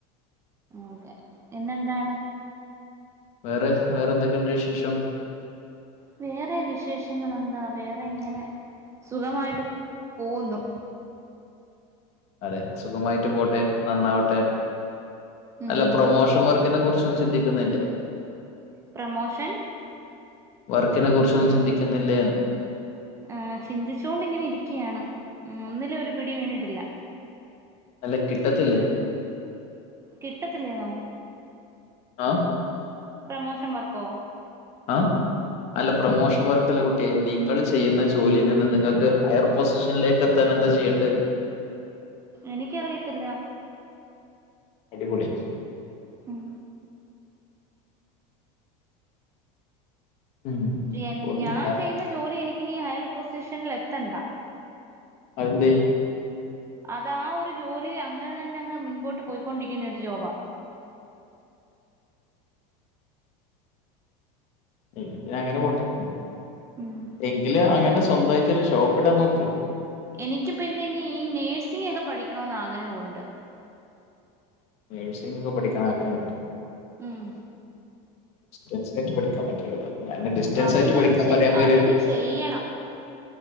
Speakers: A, on the right; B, on the left.
A: ഓക്കെ പിന്നെന്താണ്
B: വേറെ വേറെ എന്തൊക്കെയുണ്ട് വിശേഷം
A: വേറെ വിശേഷങ്ങളെന്താ വേറെ ഇങ്ങനെ സുഖമായിട്ട് പോകുന്നു
B: അതെ സുഖമായിട്ട് പോട്ടെ നന്നാവട്ടെ
A: ഉം
B: അല്ല പ്രൊമോഷൻ വർക്ക് ിനെ കുറിച്ചൊന്നും ചിന്തിക്കുന്നില്ലേ
A: പ്രമോഷൻ
B: വർക്കിനെ കുറിച്ചൊന്നും ചിന്തിക്കുന്നില്ലേ
A: ആഹ് ചിന്തിച്ചോണ്ടിങ്ങനെ ഇരിക്കയാണ് ഒന്നിലും ഒരു പിടി വീണിട്ടില്ല
B: അല്ല കിട്ടത്തില്ലേ
A: കിട്ടത്തില്ലേന്നോ
B: ആഹ്
A: പ്രമോഷൻ വർക്കോ
B: ആഹ് അല്ല പ്രൊമോഷൻ വർക്കല്ല കുട്ടിയെ നിങ്ങൾ ചെയ്യുന്ന ജോലിയി നിന്ന് നിങ്ങൾക്ക് ഹയർ പൊസിഷനിലേക്ക് എത്താൻ എന്താ ചെയ്യണ്ടെ
A: എനിക്കറിയത്തില്ല
B: അടിപൊളി
A: ഉം
B: ഉം
A: എൻ
B: ഒന്നുല്ല
A: ഞാൻ ചെയ്യുന്ന ജോലി എനിക്കിനി ഹയർ പൊസിഷനിൽ എത്തണ്ട
B: അതെന്തേ
A: അതാ ഒരു ജോലി അങ്ങനെ തന്നെ അങ്ങ് മുൻപോട്ട് പോയിക്കൊണ്ടിരിക്കുന്ന ഒരു ജോബാ
B: എങ്കി പിന്നെ അങ്ങനെ പോട്ടെ
A: ഉം
B: എങ്കില് അങ്ങനെ സ്വന്തയിട്ട് ഒരു ഷോപ്പ് ഇടാൻ നോക്ക്
A: എനിക്ക് പിന്നെനി ഈ നേഴ്സിംഗൊക്കെ പഠിക്കണോന്ന് ആഗ്രഹവൊണ്ട്
B: നഴ്സിങ്ങൊക്കെ പഠിക്കാൻ ആഗ്രഹണ്ട്
A: ഉം
B: ഡിസ്സ്റ്റൻസ് ആയിട്ട് പഠിക്കാൻ പറ്റൂലല്ലോ ഞാന് ഡിസ്റ്റൻസ്
A: അതിനി
B: ആയിട്ട് പഠിക്കാൻ
A: ചെ
B: പറയാൻ വരായിര്ന്ന്
A: അതിനി ചെയ്യണം